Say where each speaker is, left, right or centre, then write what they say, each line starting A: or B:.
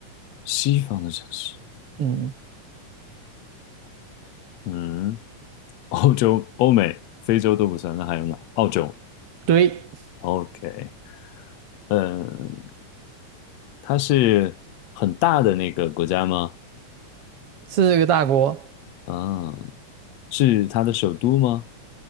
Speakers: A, on the left (about 65°); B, on the right (about 50°).
A: 西方的城市，
B: 嗯，
A: 嗯，<laughs> 欧洲、欧美、非洲都不算，那还有哪？澳洲
B: 对，
A: ，OK，嗯，它是很大的那个国家吗？
B: 是个大国，
A: 嗯，是它的首都吗？